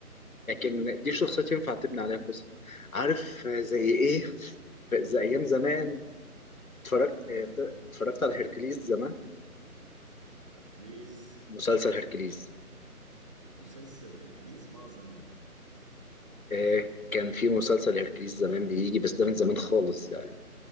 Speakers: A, on the left (about 65°); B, on the right (about 20°).
A: لكن دي شخصيات ينفع تبني عليها قصة عارف آه، زي ايه زي ايام زمان اتفرجت
B: امم
A: آه، ت- اتفرجت على هيركليز زمان
B: هركليز
A: مسلسل هيركليز
B: مسلسل هيركليز ما اظن يا مان
A: آه، كان في مسلسل هيركليز زمان بيجي بس ده من زمان خالص يعني